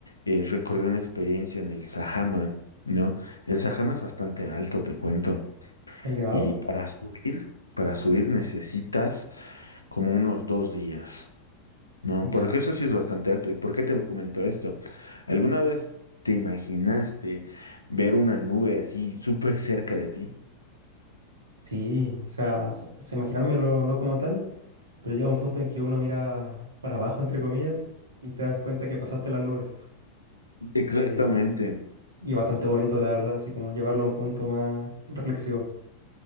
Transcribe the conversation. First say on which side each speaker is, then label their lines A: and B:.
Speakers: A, on the left (about 85°); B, on the right (about 75°).
A: eh, recordé una experiencia en el Sajama, ¿no? El Sajama es bastante alto, te cuento.
B: ¿El nevado?
A: Y para subir, para subir necesitas como unos dos días. No,
B: Ya.
A: porque eso sí es bastante alto. ¿Y por qué te comento esto? ¿Alguna vez te imaginaste ver una nube así súper cerca de ti?
B: Sí, o sea, s- s- imaginármelo no como tal, pero llega un punto en que uno mira para abajo, entre comillas, y te das cuenta que pasaste las nubes.
A: Exactamente.
B: Eh, y es bastante bonito, la verdad, así como llevarlo a un punto más reflexivo.